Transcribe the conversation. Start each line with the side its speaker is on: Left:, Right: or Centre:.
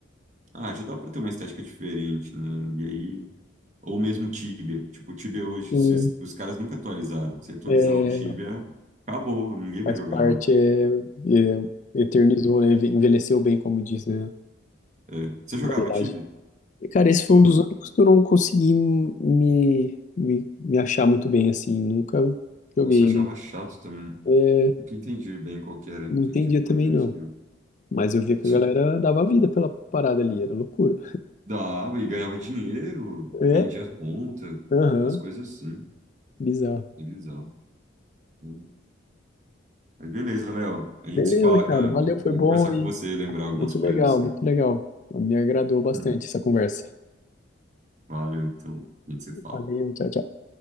Right: Ah, já dava pra ter uma estética diferente, né, e aí... Ou mesmo Tibia. Tipo, o Tibia hoje,
Left: Sim,
Right: se os os caras nunca atualizaram. Se atualizar
Left: é,
Right: o Tibia, acabou, ninguém vai
Left: faz
Right: jogar
Left: parte,
Right: mais.
Left: é, é, eternizou, né? Envelheceu bem, como diz, né?
Right: É. Você jogava
Left: a Modelagem.
Right: Tibia?
Left: E, cara, esse foi
Right: Ou
Left: um
Right: não?
Left: dos únicos que eu não consegui me, me, me achar muito bem, assim. Nunca joguei
Right: Nossa, eu
Left: ele.
Right: achava chato também.
Left: É,
Right: Nunca entendi bem qual que era,
Left: não
Right: que
Left: entendia
Right: tipo fazia
Left: também, não.
Right: esse jogo.
Left: Mas eu via que
Right: <laughs>
Left: a galera dava vida pela parada ali, era loucura.
Right: Dava e ganhava dinheiro,
Left: É,
Right: vendia conta,
Left: aham,
Right: umas coisas assim.
Left: bizarro.
Right: Que bizarro. Hum. Mas beleza, Léo. A gente
Left: Beleza,
Right: se fala,
Left: cara.
Right: cara.
Left: Valeu,
Right: Bom,
Left: foi
Right: bom
Left: bom
Right: conversar
Left: aí.
Right: com você, lembrar algumas
Left: Muito
Right: coisas
Left: legal, muito
Right: assim.
Left: legal. Me agradou bastante
Right: Hum.
Left: essa conversa.
Right: Valeu, então. A gente se fala.
Left: Valeu, tchau, tchau.